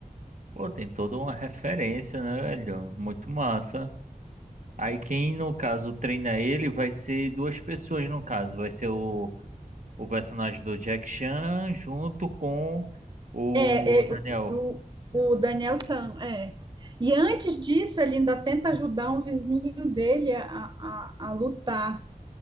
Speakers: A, on the right; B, on the right.
A: pô, tem toda uma referência, né, velho? Muito massa. Aí quem, no caso, treina ele vai ser duas pessoas, no caso. Vai ser o o personagem do Jack Chan junto com o
B: É,
A: Daniel.
B: é, o, o Daniel San, é. E antes disso, ele ainda tenta ajudar um vizinho dele a, a, a lutar.